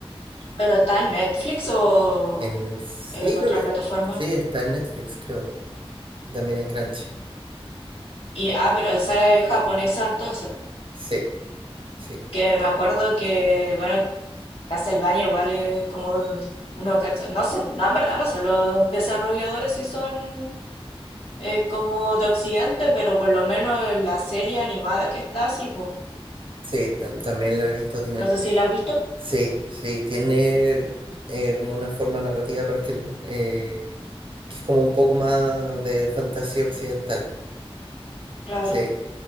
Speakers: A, on the left; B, on the right.
A: Pero está en Netflix o
B: En sí,
A: en otra
B: creo que es-
A: plataforma.
B: sí, está en Netflix, creo, también en Crunchy.
A: Y, ah, pero esa es japonesa entonces.
B: Sí, sí,
A: Que me acuerdo que, bueno. Castlevania igual es como uno cacha- no sé, no en verdad no sé, los desarrolladores sí son eh, como de Occidente, pero por lo menos en la serie animada que está, sí, po.
B: sí, tam- también la he visto, tiene,
A: No sé si la has visto,
B: sí, sí, tiene eh, como una forma narrativa, pero es que eh, que es como un poco más de fantasía occidental.
A: claro.
B: Sí.